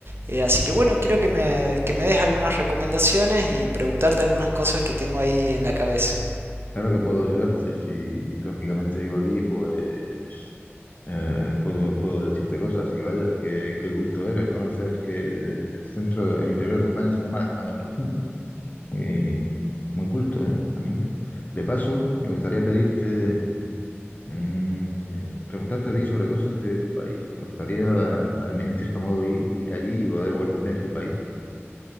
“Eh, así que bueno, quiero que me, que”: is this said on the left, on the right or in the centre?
Right